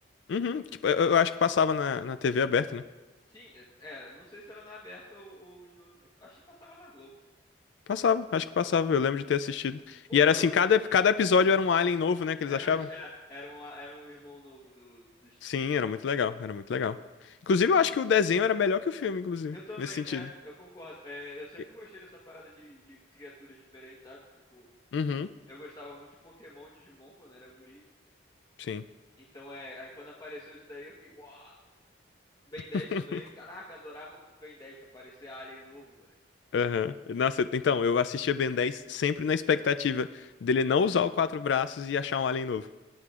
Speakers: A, on the left; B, on the left.
A: Uhum, tipo, eu eu acho que passava na, na TV aberta, né?
B: Sim, é, é, não sei se era na aberta ou, ou em outro. Acho que passava na Globo.
A: Passava, acho que passava. Eu lembro de ter assistido.
B: Pô,
A: E
B: eu
A: era
B: É.
A: assim,
B: gostei.
A: cada, cada episódio era um alien novo, né? Que eles
B: Era
A: achavam.
B: um, é, era um, era um irmão novo do, do Stitch.
A: Sim, era muito legal, era muito legal. Inclusive, eu acho que o desenho era melhor que o filme, inclusive,
B: Eu também,
A: nesse sentido.
B: é, eu concordo. É, eu sempre
A: E-
B: gostei dessa parada de, de criaturas diferentes, sabe? Tipo,
A: Uhum,
B: eu gostava muito de Pokémon e Digimon quando era guri.
A: sim.
B: Então, é, aí quando apareceu isso daí, eu fiquei, uau! Ben
A: <laughs>
B: 10 também. Caraca, adorava o Ben 10 pra parecer Alien novo, mano.
A: Aham. Nossa, então, eu assistia Ben 10 sempre na expectativa dele não usar o quatro braços e achar um alien novo.